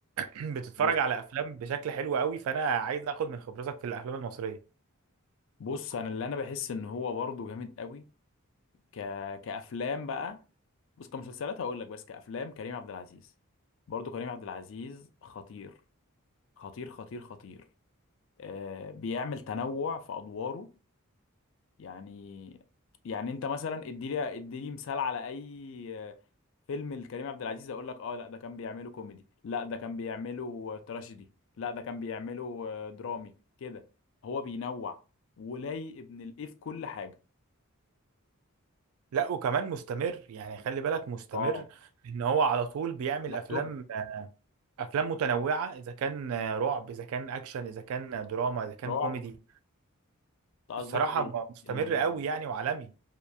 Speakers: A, on the right; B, on the left.
A: <clears throat> بتتفرج
B: بص
A: على افلام بشكل حلو قوي فانا عايز اخد من خبرتك في الافلام المصريه
B: بص انا اللي انا بحس ان هو برضه جامد قوي ك... كأفلام بقى بص كمسلسلات هقول لك بس كأفلام كريم عبد العزيز برضو كريم عبد العزيز خطير خطير خطير خطير آه بيعمل تنوع في أدواره يعني يعني انت مثلا اديلي اديلي مثال على اي آه، فيلم لكريم عبد العزيز اقول لك اه لا ده كان بيعمله كوميدي لا ده كان بيعمله تراجيدي لا ده كان بيعمله آه، درامي كده هو بينوع ولاي ابن الايه في كل حاجة
A: لا وكمان مستمر يعني خلي بالك مستمر
B: اه
A: ان هو على طول بيعمل
B: لا
A: افلام
B: توب
A: افلام متنوعه اذا كان رعب اذا كان اكشن اذا كان دراما اذا كان
B: رعب
A: كوميدي
B: انت قصدك
A: الصراحه
B: ايه
A: مستمر
B: ال...
A: قوي يعني وعالمي